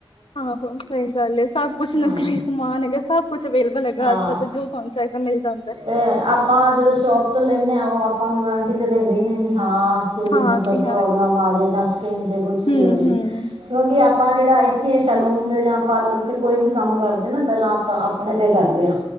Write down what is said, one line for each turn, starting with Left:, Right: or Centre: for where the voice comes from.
Left: ਆਹੋ ਸਹੀ ਗੱਲ ਹੈ, ਸਭ ਕੁਛ
Right: ਹਾਂ
Left: ਨਕਲੀ ਸਮਾਨ ਹੈਗਾ ਸਭ ਕੁਛ ਅਵੇਲੇਬਲ ਹੈਗਾ
Right: ਹਾਂ
Left: ਅੱਜ ਕੱਲ ਤਾਂ ਜੋ ਤੁਹਾਨੂੰ ਚਾਏ ਤਾ ਮਿਲ ਜਾਂਦਾ ਐ।
Right: ਅਤੇ ਆਪ ਆਪਾਂ ਜਦੋਂ ਸ਼ੋਪ ਤੋਂ ਲੈਂਦੇ ਹਾਂ ਉਹ ਆਪਾਂ ਨੂੰ ਵਰੰਟੀ ਤੇ ਦਿੰਦੇ ਹੀ ਨੇ ਵੀ ਹਾਂ। ਕੋਈ
Left: ਹਾਂ
Right: ਮਤਲ
Left: ਕਿਹਾ
Right: ਪ੍ਰੋਬਲਮ
Left: ਹੈ
Right: ਆਵੇ ਜਾਂ ਸਕਿੰਨ ਤੇ ਕੁਛ ਵੀ
Left: ਹੂੰ
Right: ਹੋ ਜੇ।
Left: ਹੂੰ
Right: ਕਿਉਂਕਿ ਆਪਾਂ ਜਿਹੜਾ ਇੱਥੇ ਸੈਲੂਨ ਤੇ ਜਾਂ ਪਾਰਲਰ ਤੇ ਕੋਈ ਵੀ ਕੰਮ ਕਰਦੇ ਨਾ ਪਹਿਲਾਂ ਆਪ ਆਪਣੇ ਤੇ ਕਰਦੇ ਆਂ।